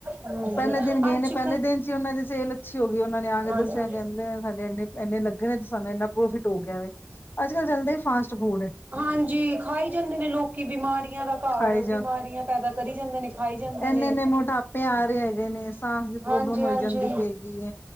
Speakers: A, on the right; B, on the left.
A: ਹਾਂਜੀ
B: ਪਹਿਲੇ
A: <unintelligible>
B: ਦਿਨ ਗਏ ਨੇ ਪਹਿਲੇ
A: ਕੱਲ
B: ਦਿਨ 'ਚ ਹੀ ਉਹਨਾ ਦੀ ਸੇਲ ਅਛੀ ਹੋ ਗਈ ਉਹਨਾ ਨੇ ਆ ਕੇ
A: ਹਾਂਜੀ
B: ਦਸਿਆ ਕਹਿਦੇ ਸਾਡੇ ਇਨੇ ਇਨੇ ਲਗਣੇ ਨੇ ਤੇ ਸਾਨੂੰ ਇਨਾ ਪ੍ਰੋਫਿਟ ਹੋ ਗਿਆ ਵ ਅਜ ਕਲ ਚਲਦਾ ਹੀ ਫਾਸਟ ਫੂਡ
A: ਹਾਂਜੀ ਖਾਈ ਜਾਦੇ ਨੇ ਲੋਕੀ ਬਿਮਾਰੀਆਂ ਦਾ ਘਰ
B: ਖਾਈ
A: ਬਿਮਾਰੀਆਂ ਪੈਦਾ ਕਰੀ ਜਾਦੇ ਨੇ ਖਾਈ ਜਾਂਦੇ
B: ਇਨੇ-
A: ਨੇ
B: ਇਨੇ ਮੋਟਾਪੇ ਆ ਰਹੇ ਹੈਗੇ ਨੇ ਸਾਂਸ ਦੀ
A: ਹਾਂਜੀ
B: ਪ੍ਰੋਬਲਮ ਹੋਈ
A: ਹਾਂਜੀ
B: ਜਾਦੀ ਪੇਈ ਹੈਗੀ।